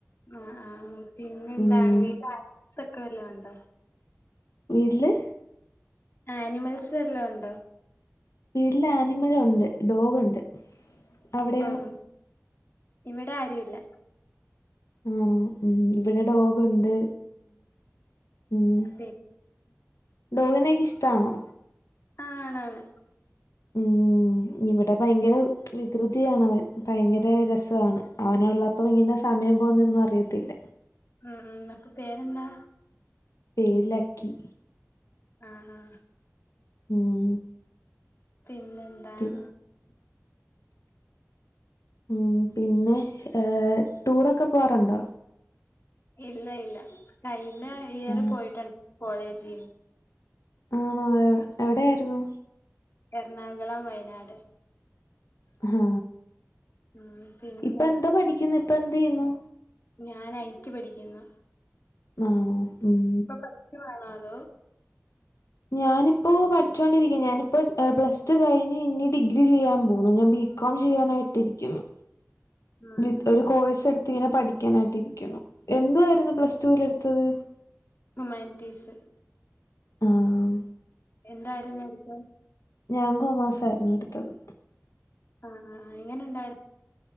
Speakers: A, on the left; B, on the left.
A: ആഹ് ആഹ് പിന്നെ എന്താണ്
B: ഉം
A: വീട്ടില് അച്ച് ഒക്കെ വല്ലോം ഉണ്ടോ?
B: വീട്ടില്?
A: ആനിമൽസ് വല്ലോം ഉണ്ടോ?
B: ഇല്ല ആനിമൽ ഉണ്ട് ഡോഗുണ്ട്. അവിടെയോ
A: ആഹ് ഇവിടെ ആരുല്ല.
B: ആണോ? ഉഹ് ഇവിടെ ഡോഗുണ്ട് ഉംഹ്
A: പി
B: ഡോഗിനെയൊക്കെ ഇഷ്ടാണോ?
A: ആഹ്ഹ് ആണ് ആണ്
B: ഉം ഇവിടെ ഭയങ്കര വികൃതിയാണവൻ ഭയങ്കര രസവാണ് അവനുള്ള അപ്പം ഇങ്ങിനെ സമയം പോവുന്നെന്നും അറിയത്തില്ല
A: ഉം ഉം ന്നട്ട് പേരെന്താ
B: പേര് ലക്കി
A: അഹ് ആഹ്
B: ഉം
A: പിന്നെന്താണ്
B: പി ഉം പിന്നെ ഏഹ് ടൂറൊക്കെ പോവാറുണ്ടോ
A: പേര് ലൈല കയ്ന്ന ഇയർ
B: ആഹ്
A: പോയിട്ട് കോളേജീന്ന്
B: ആണോ എവിടെയായ്ര്ന്നു
A: എർണാകുളം വയനാട്
B: ആഹ്
A: ഉം പിന്നെ
B: ഇപ്പം എന്ത പഠിക്ക്ന്നെ ഇപ്പം എന്തെയ്യ്ന്നു
A: ഞാൻ ഐറ്റ് പഠിക്കുന്നു
B: ആണോ ഉം
A: ഇപ്പ പസ്റ്റു വാണോ അതാേ
B: ഞാനിപ്പോ പഠിച്ചോണ്ടിരിക്ക്ന്ന് ഞാനിപ്പോ ഏഹ് പ്ലസ് റ്റു കയ്ഞ്ഞ് ഇഞ്ഞ് ഡിഗ്രി ചെയ്യാൻ പോണ് ഞാൻ ബി ക്കോം ചെയ്യാനായിട്ടിരിക്ക്ന്ന്
A: ആഹ്
B: വിത്
A: ഉം
B: ഒര് കോഴ്സ് എട്ത്ത്ങ്ങെനെ പഠിക്കാനായിട്ടിരിക്കുന്നു എന്തുവായ്ര്ന്നു പ്ലസ്റ്റൂലെട്ത്തത്?
A: ഹുമാൻറ്റീസ്
B: ആഹ്
A: എന്താര്ന്ന് എട്ത്തെത്?
B: ഞാൻ കാെമേഴ്സാര്ന്നു എട്ത്തത്
A: ആഹ് ആഹ് ആഹ് എങ്ങെനെണ്ടാര്